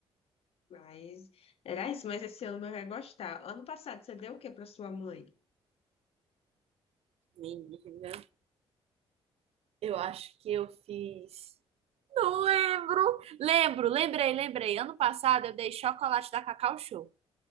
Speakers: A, on the left (about 65°); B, on the right (about 70°).
A: Mas era isso, mas esse ano mãe vai gostar. Ano passado você deu o que para sua mãe?
B: Menina, eu acho que eu fiz. Não lembro. Lembro, lembrei, lembrei. Ano passado eu dei chocolate da Cacau Show.